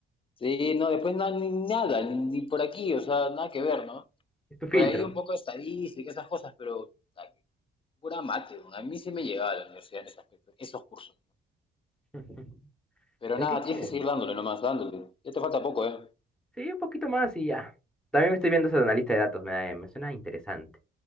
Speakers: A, on the left (about 25°); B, in the centre.
A: Sí, no, después no, ni nada, ni, ni por aquí, o sea, nada que ver, ¿no?
B: Es tu filtro.
A: Por ahí un poco de estadística, esas cosas, pero puta, que pura mate, weón. a mí sí me llegaba a la universidad en ese aspecto, esos cursos. ¿no?
B: <laughs>
A: Pero
B: Ay,
A: nada,
B: qué chévere.
A: tienes que seguir dándole nomás, dándole. Ya te falta poco, ¿eh?
B: Sí, un poquito más y ya. También me estoy viendo eso de analista de datos. Me, da- me suena interesante.